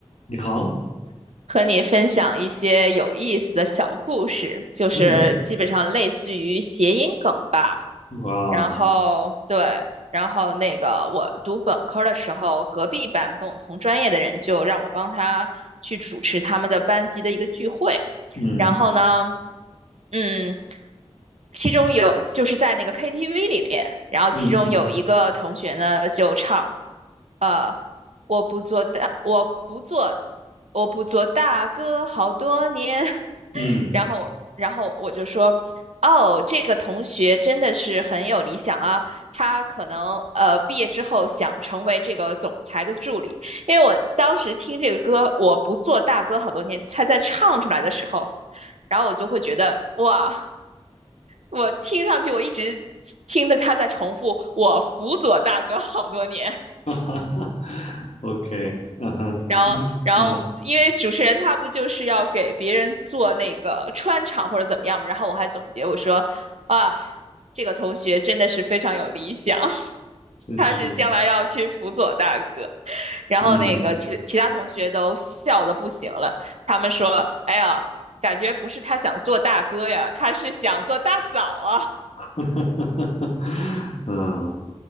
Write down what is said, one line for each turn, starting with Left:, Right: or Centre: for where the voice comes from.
Left: 你好，
Right: 和你分享一些有意思的小故事，就是基本上类似于谐音梗吧。
Left: 嗯，哇，
Right: 然后对，然后那个我读本科的时候，隔壁班跟我同专业的人就让我帮他去主持他们的班级的一个聚会。
Left: 嗯
Right: 然后呢，嗯，其中有就是在那个 KTV 里边，然后其中有一个同学呢就唱。
Left: 嗯嗯
Right: 呃。我不做大，我不做，我不做大哥好多年。<laughs>
Left: 嗯，
Right: 然后我然后我就说，哦，这个同学真的是很有理想啊，他可能呃毕业之后想成为这个总裁的助理。因为我当时听这个歌，我不做大哥好多年，他在唱出来的时候，然后我就会觉得，哇，我听上去我一直听着他在重复，我辅佐大哥好多年。
Left: 哈哈哈 <laughs>，OK，嗯哼，
Right: 然后，
Left: 嗯嗯，
Right: 然后因为主持人他不就是要给别人做那个穿场或者怎么样嘛，然后我还总结我说，啊，这个同学真的是非常有理想，<laughs>
Left: 真是，
Right: 他是将来要去辅佐大哥。然后那个其其他同学都笑的不行了，
Left: 嗯，
Right: 他们说，哎呀，感觉不是他想做大哥呀，他是想做大嫂啊。
Left: <laughs> 哈哈哈哈，<laughs> 嗯，